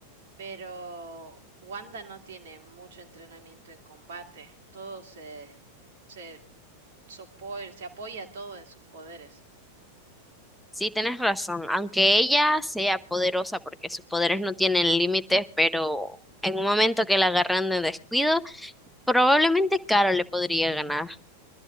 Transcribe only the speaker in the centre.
Sí, tenés razón, aunque ella sea poderosa porque sus poderes no tienen límites, pero en un momento que la agarran de descuido, Probablemente Caro le podría ganar.